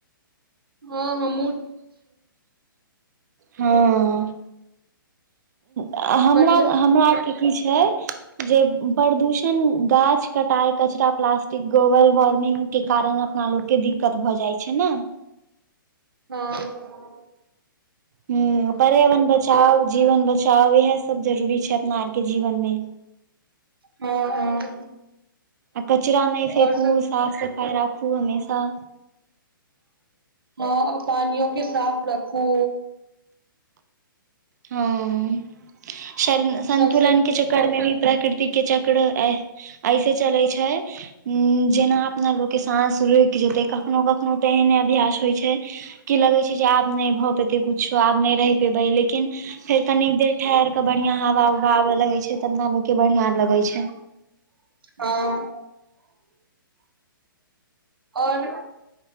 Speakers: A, on the right; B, on the right.
A: हँ हम
B: हँ आ हमरा
A: बढ़िया
B: - हमरा आरके की छै जे प्रदूषण गाछ कटाय कचरा प्लास्टिक ग्लोबल वार्मिंग केँ कारण अपना लोक केँ दिक्कत भऽ जाइ छै नऽ
A: हँ
B: हुँ पर्यावरण बचाउ जीवन बचाउ इहै सब जरूरी छै अपना आरके जीवन मे
A: हँ - हँ
B: आ कचरा नय फेकू
A: और सब
B: साफ सफाई राखू हमेशा
A: हँ पानियो केँ साफ रखू
B: हँ सन संन्तुलन
A: सबसे
B: केँ चक्कर मे भी प्रकृतिक केँ चक्र आय ऐसे चलै छै उ जेना अपना लोक केँ साँस रुइक जेतै कखनो कखनो तऽ एहने अभ्यास होइ छै की लगे छै जे आब नय भऽ पेते कुछो आब नय रहि पेबै लेकिन फेर कनी देर ठहैर कऽ बढ़िया हवा उवा आबे लगे छै तब अपना लोको केँ बढ़िया लगे छै
A: हँ आओर